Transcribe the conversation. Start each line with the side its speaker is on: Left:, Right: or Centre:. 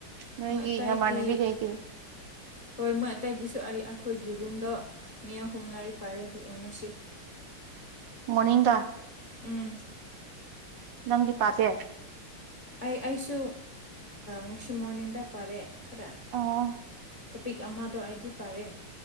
Right: ꯅꯣꯏꯒꯤ
Left: ꯃꯣꯏ ꯑꯇꯩꯗꯤ
Right: ꯅꯃꯥꯟꯅꯕꯤꯈꯩꯗꯤ
Left: ꯍꯣꯏ ꯃꯣꯏ ꯑꯇꯩꯗꯤꯁꯨ ꯑꯩ ꯑꯩꯈꯣꯏꯒꯤ ꯔꯨꯝꯗꯣ ꯃꯤ ꯑꯍꯨꯝ ꯂꯥꯏꯔꯤꯛ ꯄꯥꯔꯦ ꯉꯁꯤ <inaudible>
Right: ꯃꯅꯤꯡꯒ
Left: ꯎꯝ
Right: ꯅꯪꯒꯤ ꯄꯇꯦ
Left: ꯑꯩ ꯑꯩꯁꯨ ꯉꯁꯤ ꯃꯣꯔꯅꯤꯡꯗ ꯄꯥꯔꯦ ꯈꯔ
Right: ꯑꯥ
Left: ꯇꯣꯄꯤꯛ ꯑꯃꯗꯣ ꯑꯩꯗꯤ ꯄꯥꯔꯦ